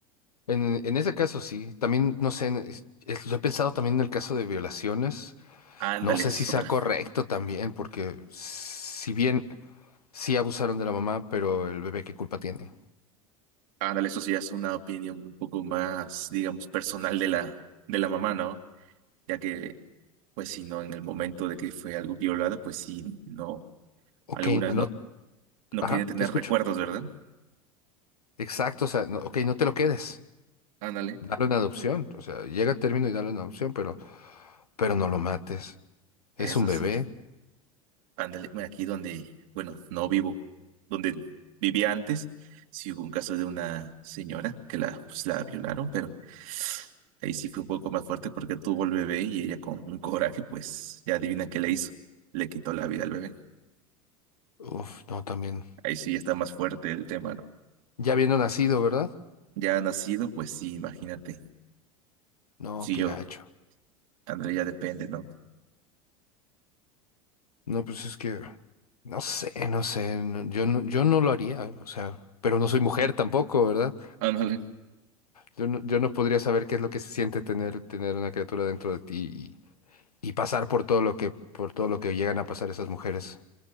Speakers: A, on the left; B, on the right.
A: En, en ese caso, sí. También, no sé, en- es- es- yo he pensado también en el caso de violaciones.
B: Ándale,
A: No sé
B: es
A: si sea
B: otra.
A: correcto también, porque si bien sí abusaron de la mamá, pero el bebé, ¿qué culpa tiene?
B: Ándale, eso sí es una opinión un poco más, digamos, personal de la, de la mamá, ¿no? Ya que, pues si no, en el momento de que fue algo violada, pues sí, no,
A: Ok,
B: algunas
A: no,
B: no, no
A: ajá,
B: quieren tener
A: te escucho.
B: recuerdos, ¿verdad?
A: Exacto, o sea, no, ok, no te lo quedes.
B: Ándale,
A: dalo en adopción. O sea, llega a término y dalo en adopción, pero, pero no lo mates. Es
B: eso
A: un bebé.
B: sí. Ándale, mira, aquí donde, bueno, no vivo, donde vivía antes, sí hubo un caso de una señora que la, pues, la violaron, pero ahí sí fue un poco más fuerte porque tuvo el bebé y ella con un coraje, pues ya adivina qué le hizo, le quitó la vida al bebé.
A: Uf, no, también.
B: Ahí sí ya está más fuerte el tema, ¿no?
A: Ya viendo nacido, ¿verdad?
B: Ya nacido, pues sí, imagínate.
A: No,
B: Si
A: qué
B: yo,
A: gacho.
B: ándale, ya depende, ¿no?
A: No, pues es que, no sé, no sé, no- yo no, yo no lo haría, o sea, pero no soy mujer tampoco, ¿verdad?
B: Ándale,
A: Yo no, yo no podría saber qué es lo que se siente tener, tener una criatura dentro de ti y, y pasar por todo lo que, por todo lo que llegan a pasar esas mujeres.